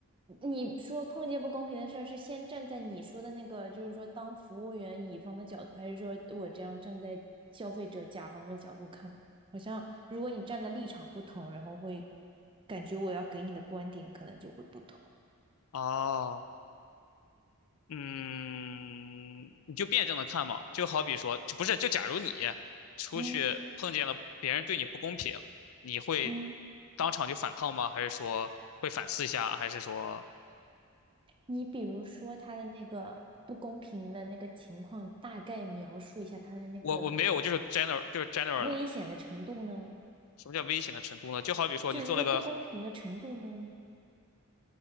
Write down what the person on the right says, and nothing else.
你说碰见不公平的事儿，是先站在你说的那个，就是说当服务员乙方的角度，还是说我这样站在消费者甲方的角度看呢好像如果你站的立场不同，然后会感觉我要给你的观点可能就会不同。
嗯
嗯，
你比如说他的那个不公平的那个情况，大概描述一下他的那个
危险的程度呢？
就是说不公平的程度呢？